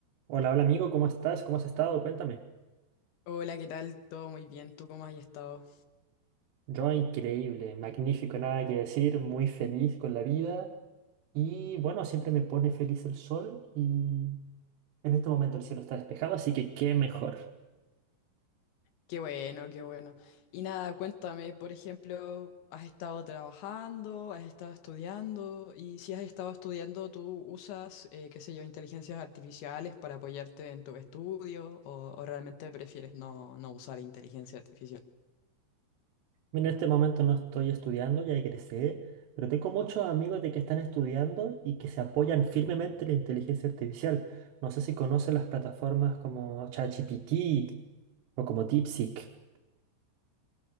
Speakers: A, on the right (about 75°); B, on the left (about 85°).
A: Hola, hola amigo, ¿cómo estás? ¿Cómo has estado? Cuéntame.
B: Hola, ¿qué tal? Todo muy bien, ¿tú cómo has estado?
A: Yo increíble, magnífico, nada que decir, muy feliz con la vida y bueno, siempre me pone feliz el sol y en este momento el cielo está despejado, así que qué mejor.
B: Qué bueno, qué bueno. Y nada, cuéntame, por ejemplo, ¿has estado trabajando? ¿Has estado estudiando? Y si has estado estudiando, ¿tú usas, eh, qué sé yo, inteligencias artificiales para apoyarte en tu estudio? ¿O, o realmente prefieres no, no usar inteligencia artificial?
A: Mira, en este momento no estoy estudiando, ya egresé, pero tengo muchos amigos de que están estudiando y que se apoyan firmemente en la inteligencia artificial. No sé si conocen las plataformas como ChatGPT o como DeepSeek.